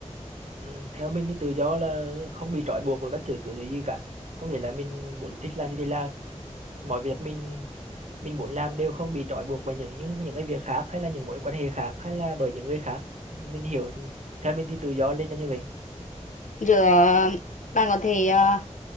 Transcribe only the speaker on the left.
giữa bạn có thể ờ,